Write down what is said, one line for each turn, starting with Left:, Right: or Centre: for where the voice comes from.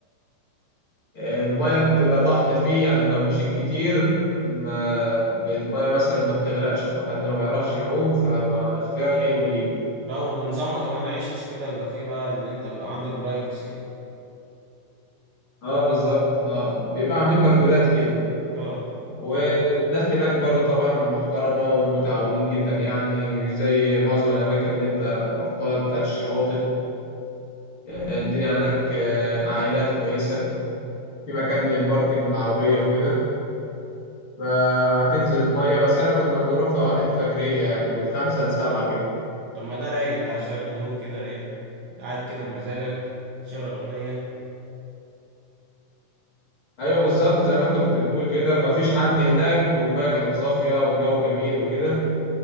Left: المية بتبقى ضحلة فيه يعني لو مشيت كتير ما المية مثلا ما بتغرقش لو حد ما بيعرفش يعوم فاختيار حلو ليه
Right: اه ونظامها كمان عيشش كده بيبقى فيه بقى إن أنت بيبقى عندك برايفسي يعني.
Left: اه بالظبط اه بيبقى عاملين برجولات كده
Right: اه
Left: والناس هناك برضو طبعا محترمة ومتعاونين جدا يعني مش زي معظم الأماكن اللي أنت رحتها بتاعت الشواطئ آه، الدنيا هناك آه، عائلات كويسة في مكان للباركن العربية وكده فهتنزل المية بس احنا كنا بنروح في أوقات الفجرية يعني من خمسة لسبعة كده
Right: طب ما ده رايق ده عشان الهدوء كده إيه قاعد كده بمزاجك تشغل أغنية
Left: ايوه بالظبط زي ما انت كنت بتقول كده مفيش حد هناك والميه كانت صافيه والجو جميل وكده